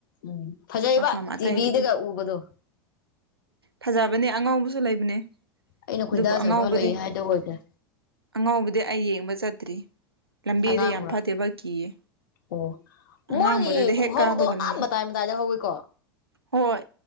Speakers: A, on the left; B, on the right.
A: ꯎꯝ ꯐꯖꯩꯕ
B: ꯃꯐꯝ ꯑꯇꯩꯗꯗꯤ
A: ꯇꯤꯚꯤꯗꯒ ꯎꯕꯗꯣ
B: ꯐꯖꯕꯅꯦ ꯑꯉꯥꯎꯕꯁꯨ ꯂꯩꯕꯅꯦ
A: ꯑꯩꯅ ꯈꯣꯏꯗꯥꯖꯕ
B: ꯑꯗꯨꯕꯨ ꯑꯉꯥꯎꯕꯗꯤ
A: ꯂꯩ ꯍꯥꯏꯗꯣ ꯑꯣꯏꯈ꯭ꯔꯦ
B: ꯑꯉꯥꯎꯕꯗꯤ ꯑꯩ ꯌꯦꯡꯕ ꯆꯠꯇ꯭ꯔꯤ ꯂꯝꯕꯤꯗ
A: ꯑꯉꯥꯡꯕ꯭ꯔꯥ
B: ꯌꯥꯝ ꯐꯠꯇꯦꯕ ꯀꯤꯌꯦ
A: ꯑꯣ
B: ꯑꯉꯥꯡꯕꯗꯨꯗꯤ
A: ꯃꯣꯏꯒꯤ ꯈꯨꯍꯧꯗꯣ
B: ꯍꯦꯛ ꯀꯥꯕꯒ ꯂꯩꯌꯦ
A: ꯑ ꯃꯇꯥꯏ ꯃꯇꯥꯏꯗ ꯍꯧꯋꯏꯀꯣ
B: ꯍꯣꯏ